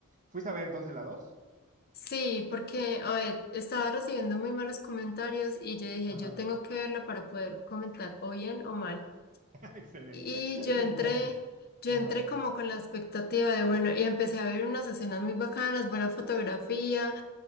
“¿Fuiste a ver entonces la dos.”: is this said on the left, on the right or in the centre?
Right